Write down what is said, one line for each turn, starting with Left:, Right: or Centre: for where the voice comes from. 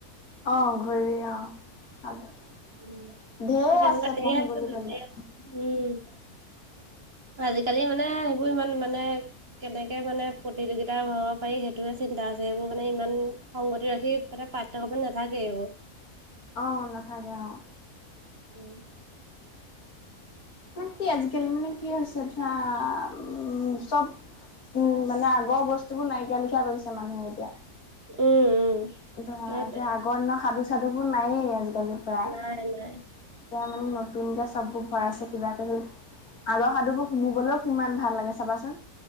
Left: অঁ অঘৰী অঁ, ‌ ভালে
Right: উম
Left: ঢেৰ
Right: সেই তেনেকুৱা
Left: আছে
Right: ঢেৰ
Left: পঢ়িবলৈ
Right: আছিলে
Left: গলে।
Right: ঢেৰ আছে উম আজিকালি মানে, সেইবোৰ ইমান মানে কেনেকে মানে প্ৰতিযোগিতা বঢ়াব পাৰি, সেইটোয়ে চিন্তা আছে। এইবোৰ মানে ইমান সংগতি ৰাখি পাঠ্যক্ৰমত নেথাকে এইবোৰ।
Left: অঁ নাথাকে অঁ।
Right: উম।
Left: না কি আজিকালি মানে কি হৈছে ধৰা উম চব। উম মানে আগৰ বস্তুবোৰ নাইকিয়া লিখা কৰিছে মানুহে এতিয়া।
Right: উম উম।
Left: ধৰা
Right: সেইটোৱে
Left: এতিয়া আগৰ দিনৰ সাধু চাধুবোৰ নায়েই আজিকালি। কৰা,
Right: নাই নাই
Left: এতিয়া মানে নতুনকৈ চব বোৰ ভৰাইছে কিবা কিবি, আগৰ সাধুবোৰ শুনিবলৈও কিমান ভাল লাগে চাবাচোন।